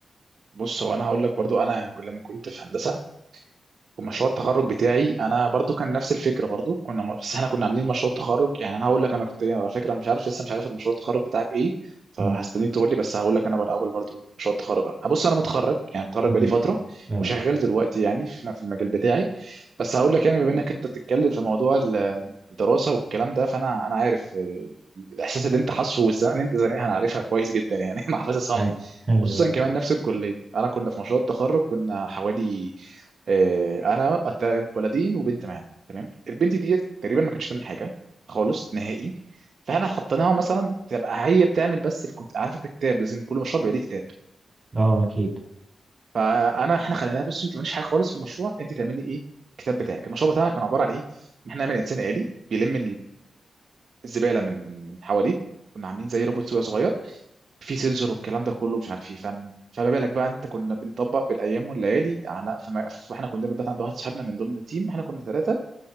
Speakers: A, on the right; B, on the right.
A: بص هو انا هقول لك برضو انا لما كنت في هندسه ومشروع التخرج بتاعي انا برضو كان نفس الفكره برضو كنا م- بس احنا كنا عاملين مشروع تخرج يعني انا هقول لك انا كنت إيه، على فكره مش عارف لسه مش عارف المشروع التخرج بتاعك ايه فهستنيك
B: امم
A: تقول لي بس هقول لك انا بقى الاول برضو مشروع التخرج هبص انا متخرج يعني متخرج
B: امم
A: بقالي فتره
B: اه
A: وشغال دلوقتي يعني في في المجال بتاعي بس هقول لك يعني بما انك انت بتتكلم في موضوع ال- الدراسه والكلام ده فانا انا عارف آه، الاحساس اللي انت حاسه والزنقه اللي انت زنقها انا عارفها كويس جدا يعني <laughs> انا حافظها صم
B: أي- ايوه
A: خصوصا كمان نفس الكليه انا كنا في مشروع التخرج كنا حوالي آه، انا أت- ولدين وبنت معانا تمام البنت دي تقريبا ما كانتش تعمل حاجه خالص نهائي فاحنا حطيناها مثلا تبقى هي بتعمل بس الكت... عارفه الكتاب لازم كل مشروع بيبقى ليه كتاب
B: اه اكيد
A: فانا احنا خليناها بصي انت ماليش حاجه خالص في المشروع انت تعملي ايه الكتاب بتاعك المشروع بتاعنا كان عباره عن ايه ان احنا نعمل انسان آلي بيلم الزباله من من من حواليه كنا عاملين زي روبوت كده صغير في سنسور والكلام ده كله مش عارف ايه فن فما بالك بقى انت كنا بنطبق بالايام والليالي على فما... فاحنا كنا بنبات عند واحد صاحبنا من ضمن التيم احنا كنا ثلاثه